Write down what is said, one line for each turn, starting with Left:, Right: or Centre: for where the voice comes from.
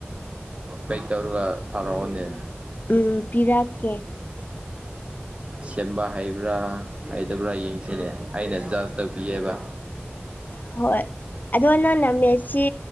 Right: ꯄꯩ ꯇꯧꯔꯒ ꯊꯥꯔꯛꯑꯣꯅꯦ
Left: ꯎꯝ ꯄꯤꯔꯛꯀꯦ
Right: ꯁꯦꯝꯕ ꯍꯩꯕ꯭ꯔꯥ ꯑꯩꯗ ꯄꯨꯔꯥ ꯌꯦꯡꯁꯤꯜꯂꯑꯦ ꯑꯩꯅ ꯖꯁ ꯇꯧꯕꯤꯌꯦꯦꯕ
Left: ꯍꯣꯏ ꯑꯗꯣ ꯅꯪꯅ ꯃꯦꯠꯁꯤ